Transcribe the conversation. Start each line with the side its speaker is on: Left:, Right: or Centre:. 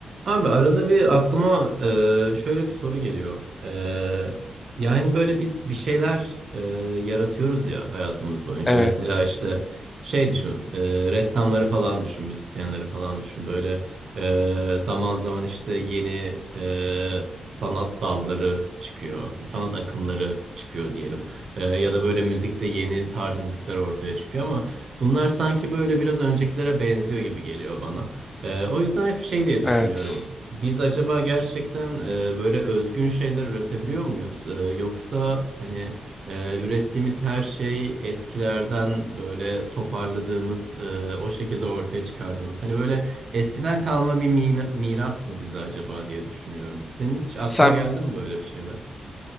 Right: Abi arada bir aklıma e, şöyle bir soru geliyor. E, yani böyle biz bir şeyler e, yaratıyoruz ya hayatımız boyunca.
Left: Evet,
Right: Mesela işte şey düşün, e, ressamları falan düşün, müzisyenleri falan düşün. Böyle e, zaman zaman işte yeni e, sanat dalları çıkıyor, sanat akımları çıkıyor diyelim. E, ya da böyle müzikte yeni tarz müzikler ortaya çıkıyor ama bunlar sanki böyle biraz öncekilere benziyor gibi geliyor bana. Ee, o yüzden hep şey diye düşünüyorum.
Left: evet.
Right: Biz acaba gerçekten e, böyle özgün şeyler üretebiliyor muyuz? Ee, yoksa hani e, ürettiğimiz her şey eskilerden böyle toparladığımız, e, o şekilde ortaya çıkardığımız. Hani böyle eskiden kalma bir mi- miras mı bize acaba diye düşünüyorum. Senin hiç aklına
Left: Sen
Right: geldi mi böyle bir şeyler?